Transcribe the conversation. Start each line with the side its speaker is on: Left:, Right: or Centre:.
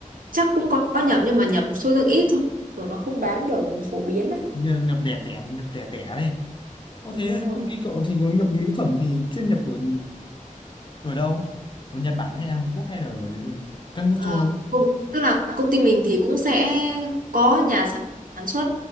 Right: chắc cũng có nhập nhưng mà nhập số lượng ít thôi kiểu nó không bán được phổ biến đấy
Left: Như nhập lẻ tẻ nhập lẻ tẻ này có
Right: đúng
Left: thế
Right: rồi
Left: công ty cậu thì có nhập mỹ phẩm thì chuyên nhập ở ở đâu ở Nhật Bản hay Hàn Quốc hay là ở ở các nước
Right: Ờ,
Left: châu Âu
Right: cũng- tức là công ty mình thì cũng sẽ có nhà sản xuất